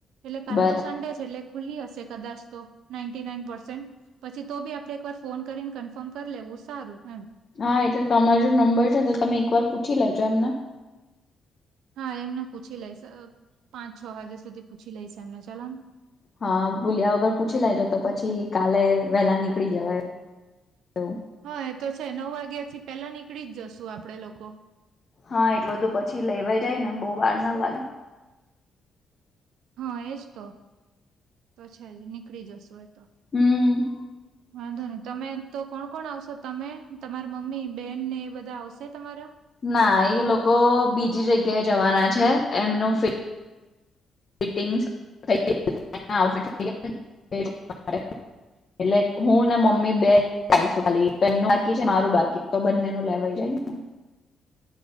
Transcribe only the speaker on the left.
બરાબર
હા એટલે તમાર જોડ નંબર છે તો તમે એકવાર પૂછી લેજો એમન.
હા ભૂલ્યા વગર પૂછી લેજો તો પછી કાલે વેલા નીકળી જવાય તો
હા એટ બધું પછી લેવા જાય ન બહુંવાર ના લાગે.
હમ
ના એ લોકો બીજી જગ ક્યાં જવાના છે એમનુંફિટ ફીટિંગ્સ <unintelligible> એટલે હું ને મમ્મી બે આયીશું ખાલી બેનનું બાકી છે મારું બાકી તો બંને નું લેવાય જાય ને.